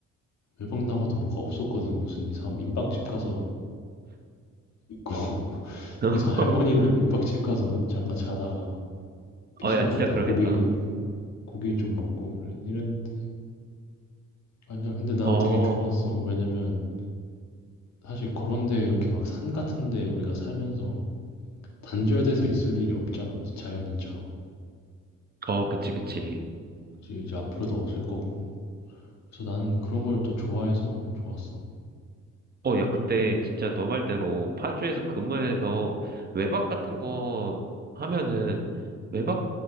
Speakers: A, on the left (about 65°); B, on the right (about 30°).
A: 외박 나가도 뭐가 없었거든. 무슨 이상한 민박집 가서 있고 <laughs>
B: <laughs>
A: 이상 한 할머니네 민박집 가서 잠깐 자다가 PC방
B: 어, 야, 진짜
A: 갔다가
B: 그러겠다.
A: 고기 고기 좀 먹고 이랬- 이랬는데 아니야. 근데 난
B: 어,
A: 되게 좋았어. 왜냐면 사실 그런데 이렇게 막 산 같은데 우리가 살면서 단절돼서 있을 일이 없잖아. 무슨 자연인처럼.
B: 어, 그치, 그치.
A: 그치, 이제 앞으로도 없을 거고. 그래서 나는 그런 걸 또 좋아해서 좋았어.
B: 어, 야, 근데 진짜 너 말대로 파주에서 근무해서 외박 같은 거 하면은 외박